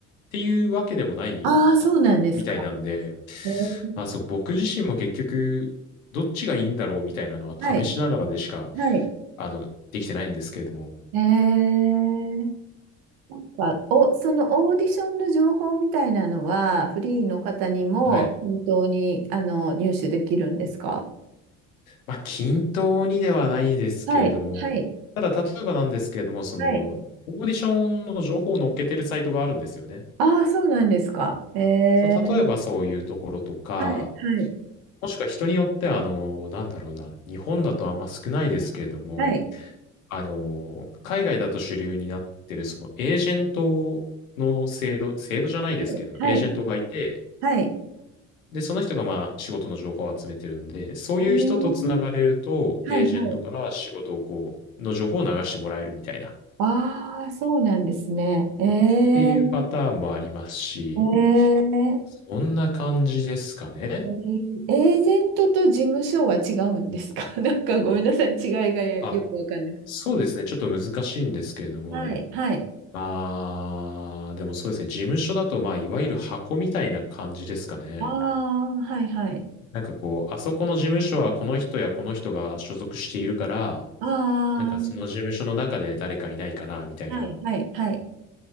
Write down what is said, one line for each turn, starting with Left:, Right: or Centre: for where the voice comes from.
Left: ていうわけでもない
Right: ああ、そうなんですか。
Left: みたいなんで、
Right: えー
Left: まあそう、僕自身も結局、どっちがいいんだろうみたいなのは試しながらでしか、
Right: はい、はい。
Left: あの、できてないんですけれども。
Right: ええ、なんか、お、そのオーディションの情報みたいなのは、フリーの方にも本当に、
Left: はい。
Right: あの、入手できるんですか
Left: まあ、均等にではないですけれども、
Right: はい、はい、
Left: ただ、例えばなんですけれども、その、
Right: はい。
Left: オーディションの情報を載っけてるサイトがあるんですよね。
Right: ああ、そうなんですか。ええ、
Left: そう、例えばそういうところとか、
Right: はい、はい、
Left: もしくは人によっては、あの、なんだろうな、日本だとあんま少ないですけれども、
Right: はい。
Left: あの、海外だと主流になってる、その、エージェントの制度、制度じゃないですけども、
Right: い、はい、
Left: エージェントがいて、
Right: はい。
Left: で、その人がまあ仕事の情報を集めてるんで、そういう人とつながれると、
Right: えー、はい、
Left: エージェントから仕事をこう、
Right: はい。
Left: の情報を流してもらえるみたいな、っ
Right: ああ、そうなんですね。えええ
Left: ていうパターンもありますし、
Right: ええ
Left: そんな感じですかね。
Right: ーエージェントと事務所は違うんですか <laughs> なんかごめんなさい、違いがよよくわかんなくて。
Left: あ、そうですね。ちょっと難しいんですけれども、
Right: はい、はい。
Left: まあ、でもそうですね。事務所だと、まあ、いわゆる箱みたいな感じですかね。
Right: ああー、はい、はい。
Left: なんかこう、あそこの事務所はこの人やこの人が所属しているから、
Right: ああ、
Left: なんかその事務所の中で誰かいないかな、みたいな。
Right: はい、はい、はい。